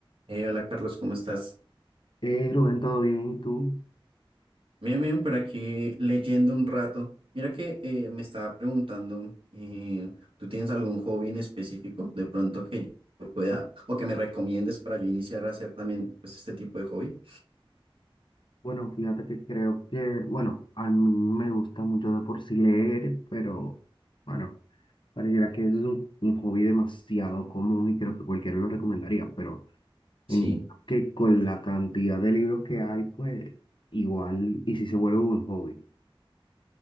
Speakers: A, on the right; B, on the left.
A: Eh, hola Carlos, ¿cómo estás?
B: Eh, Rubén, ¿todo bien? ¿Y tú?
A: Bien, bien, por aquí leyendo un rato. Mira que eh, me estaba preguntando, eh, ¿tú tienes algún hobby en específico de pronto que yo pueda o que me recomiendes para yo iniciar a hacer también pues este tipo de hobby?
B: Bueno, fíjate que creo que, bueno, a mí me gusta mucho de por sí leer, pero bueno, pareciera que es un, un hobby demasiado común y creo que cualquiera lo recomendaría, pero
A: Sí,
B: en que con la cantidad de libros que hay, pues igual, y si se vuelve un hobby.